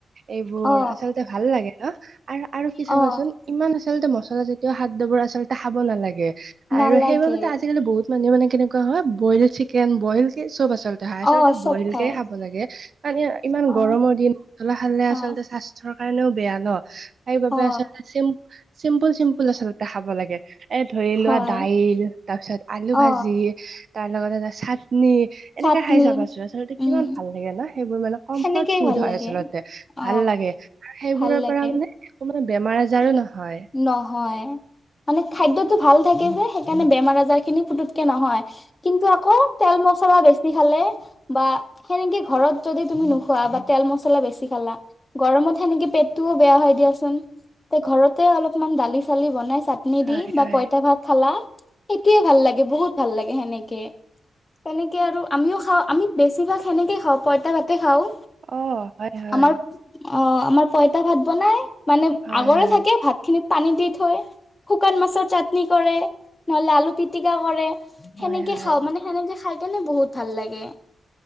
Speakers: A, on the right (about 50°); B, on the left (about 20°).
A: এইবোৰ
B: অ
A: আচলতে ভাল লাগে ন? আৰু-আৰু কি চাবাচোন
B: অ
A: ইমান আচলতে মচলা জাতীয় খাদ্য বোৰ আচলতে খাব নালাগে,
B: নালাগে
A: আৰু সেইবাবেটো আজিকালি বহুত মান-মানে কেনেকুৱা হয় বইল চিকেন বইল কে চব আচলতে খাই আচল্ততে
B: অ চব
A: বইল
B: খাই
A: কে খাব লাগে। মানে ইমান
B: অ
A: গৰমৰ দিন মছলা খালে
B: অ
A: আচলতে স্বাস্থ্যৰ কাৰণেও বেয়া ন? হেই বাবে
B: অ
A: আচলতে চিম্প-চিম্পল-চিম্পল আচলতে টা খাব লাগে। এ ধৰি লোৱা
B: হয়
A: দাইল তাৰ পিছত আলু
B: অ
A: ভাজি তাৰ লগত এটা চাটনি এনেকে
B: চাটনি
A: খাই চাবাছোন আচলতে
B: উম
A: কিমান ভাল লাগে ন? সেইবোৰ মানে কমফৰ্ট
B: সেনেকেই
A: ফুড
B: ভাল
A: হয়
B: লাগে
A: আচলতে।
B: অ
A: ভাল লাগে আৰু সেইবোৰৰ
B: ভাল লাগে
A: পৰা মানে তোমাৰ বেমাৰ আজাৰো নহয়।
B: অ', হয় মানে খাদ্যতো ভাল থাকে যে সেইকাৰণে বেমাৰ আজাৰ খিনি পুতকে নহয়, কিন্তু আকৌ তেল মচলা বেছি খালে বা সেনেকে ঘৰত যদি তুমি নোখোৱা বা তেল মছলা বেছি খালা গৰমত সেনেকে পেটটোও বেয়া হয় দিয়াচোন। তে ঘৰত তে অলপমান দালি চালি বনাই চাটনি
A: হয়
B: দি বা
A: হয়
B: পঁইতা ভাত খালা সেইটোৱে ভাল লাগে বহুত ভাল লাগে সেনেকে। তেনেকে আৰু আমিও খাওঁ আমি বেছিভাগ সেনেকে খাওঁ পইতা ভাতে খাওঁ।
A: অ হয় হয়
B: আমাৰ অ', আমাৰ পইতা ভাত বনাই, মানে
A: হয়
B: আগৰে
A: হয়
B: থাকে ভাতখিনিত পানী দি থৈ, শুকান মাছৰ চাটনি কৰে নহ'লে আলু পিটিকা কৰে। সেনেকে
A: হয় হয়
B: খাওঁ। মানে সেনেকে খাই কেনে বহুত ভাল লাগে।